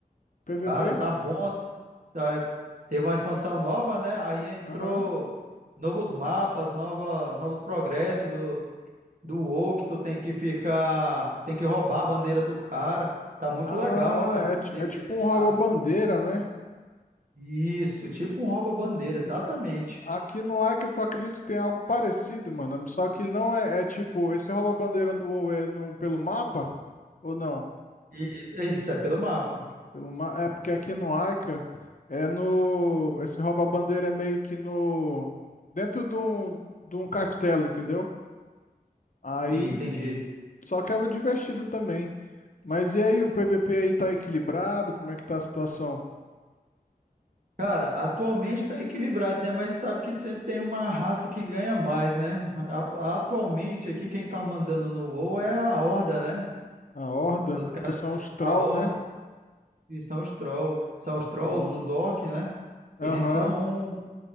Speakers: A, on the left (about 55°); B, on the right (about 60°).
A: PVP?
B: Cara, tá bom. Tá, teve uma expansão nova, né? Aí entrou
A: Aham.
B: novos mapas, nova, novos progressos do, do WoW, que tu tem que ficar... Tem que roubar a bandeira do cara. Tá muito
A: Ah,
B: legal, ó, cara.
A: é, ti-
B: Devia
A: é tipo
B: testar.
A: um rouba-bandeira, né?
B: Isso, tipo um rouba-bandeira, exatamente.
A: Aqui no Ica, tu acredita que tem algo parecido, mano? Só que ele não é, é tipo, esse rouba-bandeira no WoW é no, pelo mapa? Ou não?
B: E é isso, é pelo mapa.
A: Pelo ma é porque aqui no Ica é no. Esse rouba-bandeira é meio que no. Dentro de um, de um castelo, entendeu? Aí
B: Sim, entendi.
A: só que é divertido também. Mas e aí, o PVP aí tá equilibrado? Como é que tá a situação?
B: Cara, atualmente tá equilibrado, né? Mas sabe que sempre tem uma raça que ganha mais, né? A- Atualmente aqui quem tá mandando no WoW é a Horda, né?
A: A Horda,
B: Os caras,
A: que são os troll,
B: a Horda,
A: né?
B: e são os Troll, são os Trolls,
A: Ah,
B: os Orcs, né?
A: Aham.
B: Eles estão